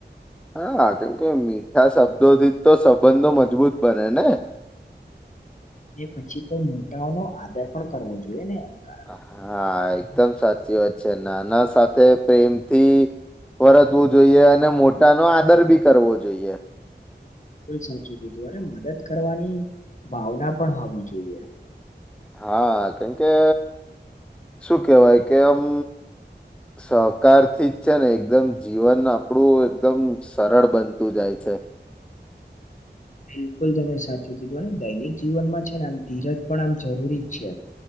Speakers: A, in the centre; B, on the left (about 45°).
A: હા કેમ કે મીઠા શબ્દોથી જ તો સંબંધો મજબૂત બને ને
B: અને પછી તો મોટાઓનો આદર પણ કરવો જોઈએ ને. એના કારણે
A: હા એકદમ સાચી વાત છે નાના સાથે પ્રેમથી વર્તવું જોઈએ અને મોટા નો આદર બી કરવો જોઈએ.
B: બકુલ સાચું કીધું અને મદદ કરવાની ભાવના પણ હોવી જોઈએ.
A: હા કેમ કે શું કેહેવાય કે આમ સહકાર થી જ છે ને એકદમ જીવન આપડું એકદમ સરળ બનતું જાય છે. છે.
B: <inaudible> બિલકુલ તમે સાચું કીધું ને દૈનિક જીવનમાં છે ને આમ ધીરજ પણ આમ જરૂરી જ છે.